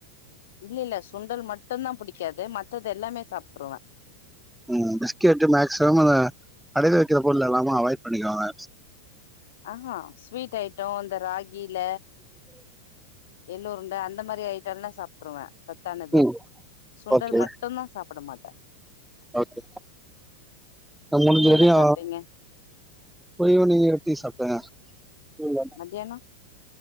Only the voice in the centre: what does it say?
உம் பிஸ்கெட்டு மேக்சிமம் அந்த அடைத்து வெக்கிற பொருள் எல்லாமே அவாய்ட் பண்ணிக்கோங்க
உம்
ஓகே
ஓகே நா மூனு
தடவ்யு
பொறியு நெய் ரொட்டியு சாப்ட்டேங்க <unintelligible>